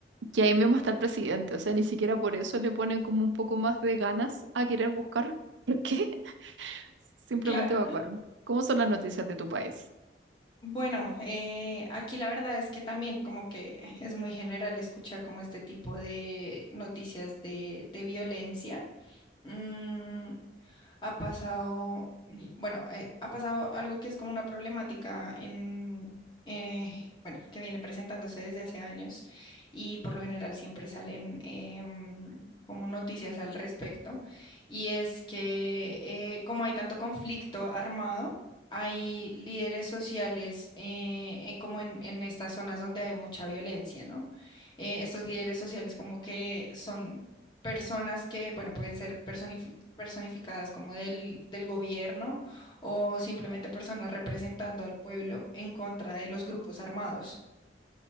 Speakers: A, on the right (about 85°); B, on the left (about 25°).
A: que ahí mismo está el presidente, o sea, ni siquiera por eso le ponen como un poco más de ganas a querer buscar. <laughs> ¿Por qué? Simplemente
B: <laughs> Claro.
A: evacuaron. ¿Cómo son las noticias de tu país?
B: Bueno, eh, aquí la verdad es que también como que <laughs> es muy general escuchar como este tipo de noticias de, de violencia. Mm, ha pasado, bueno, eh, ha pasado algo que es como una problemática en, eh, bueno, que viene presentándose desde hace años y por lo general siempre salen em, como noticias al respecto y es que eh, como hay tanto conflicto armado, hay líderes sociales eh, eh, como en, en estas zonas donde hay mucha violencia, ¿no? Eh, estos líderes sociales como que son personas que, bueno, pueden ser personas personificadas como del, del gobierno o simplemente personas representando al pueblo en contra de los grupos armados.